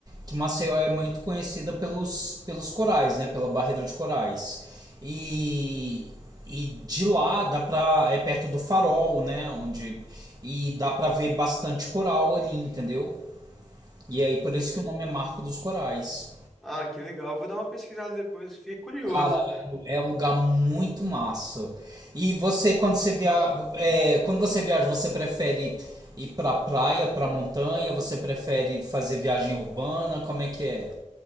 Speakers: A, on the right; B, in the centre.
A: Que Maceió é muito conhecida pelos pelos corais, né? Pela barreira de corais. E e de lá dá pra é perto do Farol, né? Onde e dá pra ver bastante coral ali, entendeu? E aí por isso que o nome é Marco dos Corais.
B: Ah, que legal. Vou dar uma pesquisada depois, fiquei curioso.
A: Cara, é um é um lugar muito massa. E você, quando você via, é, quando você viaja, você prefere ir pra praia, pra montanha? Você prefere fazer viagem urbana? Como é que é?